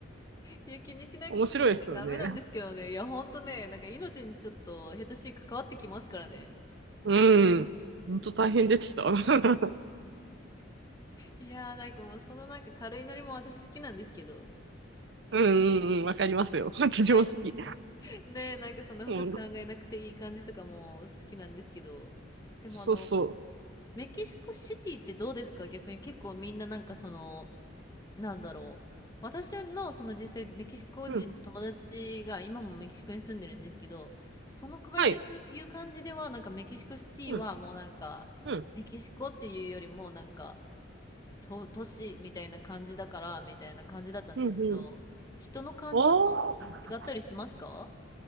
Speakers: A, on the left; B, on the right.
A: や、気にしなきゃダメなんですけどね。
B: 面白いですよね。
A: いや、ほんとね、なんか命にちょっと下手しい関わってきますからね。
B: うん。本当大変でした。<laughs>
A: いやー、なんかもうそのなんか軽いノリも私好きなんですけど。
B: うんうんうん、わかりますよ。私も好き。
A: ね、ね、なんかそんな深く考えなくていい感じとかも好きなんですけど。
B: うん。
A: でもあの、
B: そうそ
A: メキシコシティってどうですか逆に結構みんななんかその、なんだろう。私のその実際メキシコ人の友達が今もメキシコに住んでるんですけど、
B: う。うん。
A: その子が言う、
B: はい。
A: 言う感じではなんかメキシコシティはもうなんかメキシコっていうよりもなんか
B: うん。うん。
A: と都市みたいな感じだからみたいな感じだったんですけど、
B: うんうん。
A: 人の感じとかも違ったりしますか
B: ああ。